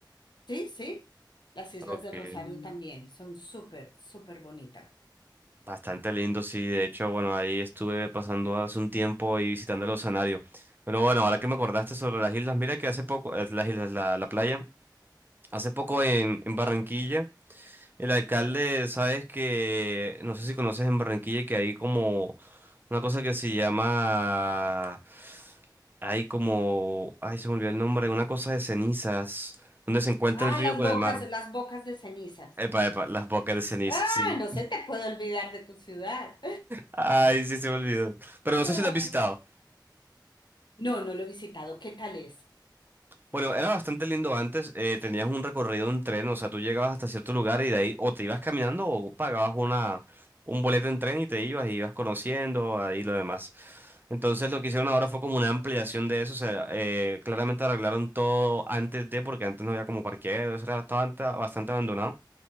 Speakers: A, on the left; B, on the right.
A: Sí, sí. Las Islas
B: Ok.
A: del Rosario Mm, también son súper, súper bonitas.
B: Bastante lindo, sí. De hecho, bueno, ahí estuve pasando hace un tiempo y visitando el oceanario. Pero bueno, ahora que me acordaste sobre las islas, mira que hace poco, eh, las islas, la, la playa, hace poco en, en Barranquilla, el alcalde, sabes que, no sé si conoces en Barranquilla, que hay como una cosa que se llama, hay como, ay, se me olvidó el nombre, una cosa de cenizas, donde se encuentra
A: Ah,
B: el río
A: las
B: con
A: bocas,
B: el mar.
A: las bocas de cenizas.
B: Epa, epa, las bocas de ceniza,
A: Ah,
B: sí.
A: no se te puede olvidar de tu ciudad.
B: Ay, sí, se me olvidó. Pero
A: Ah,
B: no sé si lo has visitado.
A: No, no lo he visitado. ¿Qué tal es?
B: Bueno, era bastante lindo antes. eh, tenías un recorrido en tren, o sea, tú llegabas hasta cierto lugar y de ahí o te ibas caminando o pagabas una, un boleto en tren y te ibas y ibas conociendo ahí lo demás. Entonces lo que hicieron ahora fue como una ampliación de eso. O sea, eh, claramente arreglaron todo antes de, porque antes no había como parqueaderos, era bastante, bastante abandonado.